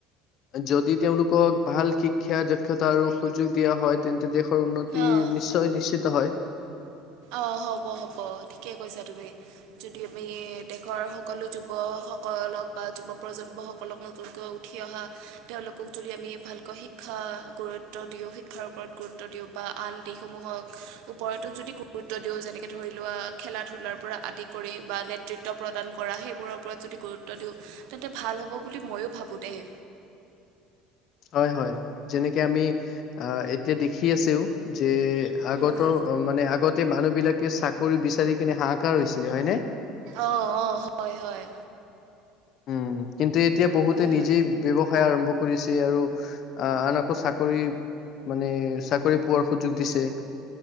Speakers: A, on the left; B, on the right.
A: যদি তেওঁলোকক ভাল শিক্ষা, দক্ষতা আৰু সুযোগ দিয়া হয় তেন্তে দেশৰ উন্নতি
B: অঁ
A: নিশ্চয় নিশ্চিত হয়।
B: অ হ'ব হ'ব ঠিকে কৈছা তুমি। যদি আমি দেশৰ সকলো যুৱসকলক বা যুৱ প্ৰজন্মসকলক নতুনকৈ উ ঠি অহা তেওঁলোকক যদি আমি ভালকৈ শিক্ষা গুৰুত্ব দিওঁ, শিক্ষাৰ ওপৰত গুৰুত্ব দিওঁ বা আন দিশসমূহক ওপৰতো যদি গুৰুত্ব দিওঁ যেনেকে ধৰি লোৱা খেলা ধূলাৰ পৰা আদি কৰি বা নেতৃত্ব প্ৰদান কৰা সেইবোৰক ওপৰত যদি গুৰুত্ব দিওঁ তেন্তে ভাল হ'ব বুলি ময়ো ভাবোঁ দেই।
A: হয় হয় যেনেকে আমি আহ এতিয়া দেখি আছেও যে এ আগতৰ
B: উম,
A: অ মানে আগতে মানুহবিলাকে চাকৰি বিচাৰি কিনে হাহাকাৰ হৈছিলে হয় নে?
B: অ অ হয় হয়।
A: উম কিন্তু এতিয়া বহুতে
B: উম।
A: নিজেই ব্যৱসায় আৰম্ভ কৰিছে আৰু আ আন আকৌ চা কৰি মানে চাকৰি পোৱাৰ সুযোগ দিছে।